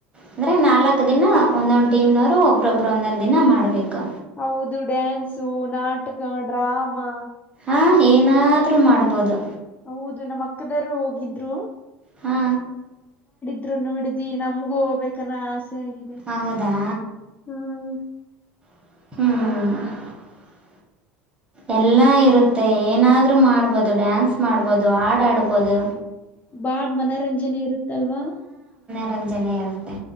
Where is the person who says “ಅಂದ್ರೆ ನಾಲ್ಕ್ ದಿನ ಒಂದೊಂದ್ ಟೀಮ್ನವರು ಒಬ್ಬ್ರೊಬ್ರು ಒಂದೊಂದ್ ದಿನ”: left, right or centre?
Right